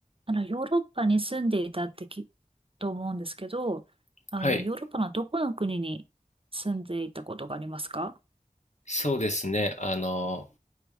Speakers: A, on the right (about 40°); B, on the left (about 60°).
A: あの、ヨーロッパに住んでいたってきっと思うんですけど、あの、
B: はい、
A: ヨーロッパのどこの国に住んでいたことがありますか
B: そうですね。あの、